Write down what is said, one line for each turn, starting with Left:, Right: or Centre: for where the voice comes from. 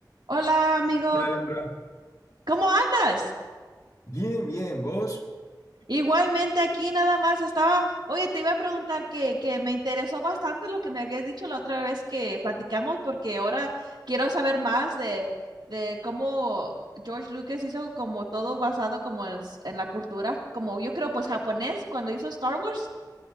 Right: Hola, amigo,
Left: Hola, Alondra.
Right: ¿cómo andas?
Left: Bien, bien, ¿vos?
Right: Igualmente aquí nada más estaba, oye, te iba a preguntar que, que me interesó bastante lo que me habías dicho la otra vez que platicamos, porque ahora quiero saber más de, de cómo George Lucas hizo como todo basado como en, s- en la cultura, como yo creo, pues japonés, cuando hizo Star Wars.